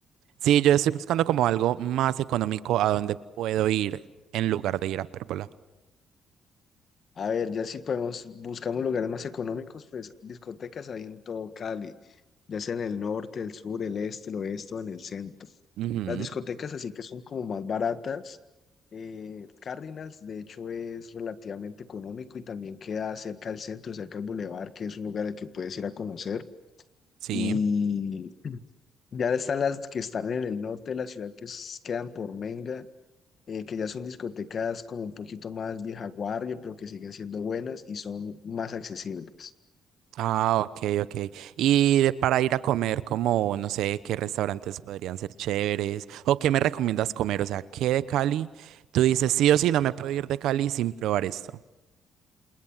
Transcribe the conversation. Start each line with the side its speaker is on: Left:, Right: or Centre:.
Right: Sí, yo estoy buscando como algo más económico a donde puedo ir en lugar de ir a pérgola.
Left: A ver, ya si podemos, buscamos lugares más económicos, pues discotecas hay en todo Cali, ya sea en el norte, el sur, el este, el oeste o en el centro.
Right: Ujú,
Left: Las discotecas así que son como más baratas. Eh, Cárdenas, de hecho, es relativamente económico y también queda cerca al centro, cerca al bulevar, que es un lugar al que puedes ir a conocer.
Right: sí.
Left: Y ya están las que están en el norte de la ciudad, que es- quedan por Menga, eh, que ya son discotecas como un poquito más vieja guardia, pero que siguen siendo buenas y son más accesibles.
Right: Ah, ok, ok. Y de- para ir a comer, como, no sé, qué restaurantes podrían ser chéveres o qué me recomiendas comer, o sea, qué de Cali. Tú dices, sí o sí, no me puedo ir de Cali sin probar esto.